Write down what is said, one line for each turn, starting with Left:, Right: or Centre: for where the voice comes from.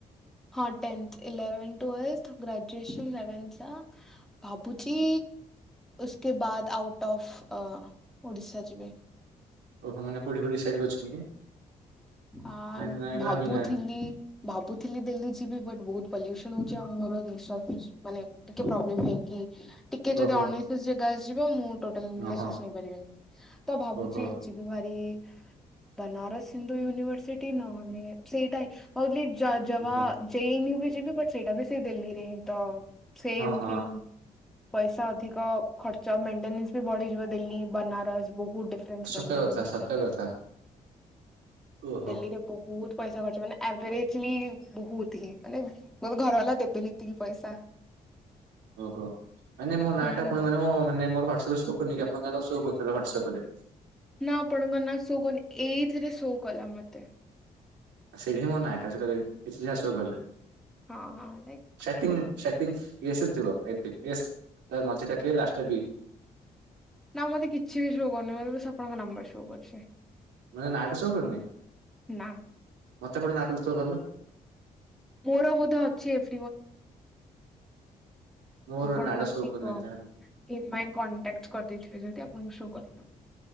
Centre: ହଁ ଟ <unintelligible> ଭାବୁଚି ଉସକେ ବାଦ ଆଉଟ୍ ଅଫ୍ ଅ ଓଡିଶା ଯିବେ।
Right: ଓହୋ ମାନେ କୋଉଠି କୋଉଠି ଡିସାଇଟ୍ କରିଛନ୍ତି?
Centre: ଆଣ୍ଡ
Right: ନାଇଁ ନାଇଁ
Centre: ଭାବୁଥିଲି
Right: ଭାବି ନାହାନ୍ତି
Centre: ଭାବୁଥିଲି ଦିଲ୍ଲୀ ଯିବି ବୋଲି ବଟ ବହୁତ ପଲ୍ୟୁସନ ହଉଛି ଆଉ ମୋର ନିଶ୍ୱାସ ପ୍ରଶ୍ୱାସ୍ ମାନେ ଟିକେ ଫ୍ଳୋବେମ୍ ହେଇକି ଟିକେ ଯଦି
Right: ଓହୋ
Centre: ଅନିଶ୍ଵାସ ଜାଗା ଆସଯିବ ମୁଁ ଟୋଟାଲ
Right: ଓହୋ।
Centre: ନିଶ୍ୱାସ ନେଇପାରିବିନି, ତ ଭାବୁଛି
Right: ଓହୋ
Centre: ଯିବୁ ଭାରି ବନାରସ ହିନ୍ଦୁ ୟୁନିଭରସିଟି ନହେଲେ ସେଇଟା ହଉଲି ଜୟ ଜବା
Right: ଓହୋ
Centre: ଜେଇନ୍ ଯିବି ବଟ ସେଇଟା ବି ଦିଲ୍ଲୀରେ ହିଁ ତ ସେମ୍
Right: ହଁ ହଁ
Centre: ଥିଙ୍ଗ ପଇସା ଅଧିକ ଖର୍ଚ୍ଚ ମେଟେନନ୍ସ ବି ବଢିଯିବ ଦିଲ୍ଲୀ, ବନାରସ ବହୁତ ଫ୍ରେ
Right: ସତ
Centre: ମେଣ୍ଟେନେସ
Right: କଥା ସତ
Centre: ପ୍ରି
Right: କଥା
Centre: <unintelligible>
Right: ଓହୋ
Centre: ଦିଲ୍ଲାରେ ବହୁତ ପଇସା ଖର୍ଚ୍ଚ ମାନେ ଆଭରେଜଲି ବହୁତ ହିଁ ମାନେ ମୁଁ କହିବି ଘରବଲା ଦେବେନି ଏତିକି ପଇସା।
Right: ଓହୋ ମାନେ ମୋ ନା
Centre: ହୁଁ
Right: ଟା ପୁଣି ମାନେ ମାନେ ମୋର ୱାଟସପ ରେ ସୋ କରୁନି ଆପଣଙ୍କ ନାରେ ସୋ କରିଥିଲ ୱାଟସପ୍ ରେ।
Centre: ନା ଆପଣଙ୍କ ନା ଶୋ କରୁନି ଏଇଥିରେ ଶୋ କଲା ମତେ।
Right: ସେଇଠି ମୋ ନାହିଁଟା ସେଟା କିଛି ଟା ସୋ କଲେ
Centre: ହଁ ହଁ। ଲାଇକ୍
Right: <unintelligible>
Centre: ନା ମତେ କିଛି ବି ଶୋ କରୁନି ମେ ବାସ ଆପଣଙ୍କ ନମ୍ବର ଶୋ କରୁଛି।
Right: ମୋ ନାଆଁ ଟା ସୋ କରୁନି
Centre: ନା।
Right: ମତେ ପଟେ ନାଁଟା ସୋ କଲା।
Centre: ମୋର ବୋଧେ ଅଛି <unintelligible>
Right: ମୋର
Centre: ଆପଣଙ୍କର
Right: ନାଡ ଶୋ
Centre: ଠିକ
Right: କରିନଥାଏ
Centre: କହ ଇନ ମାଇ କଣ୍ଟାକ୍ଟ କରିଦେଇଥିବେ ଯଦି ଆପଣଙ୍କୁ ସୋ କରିବ।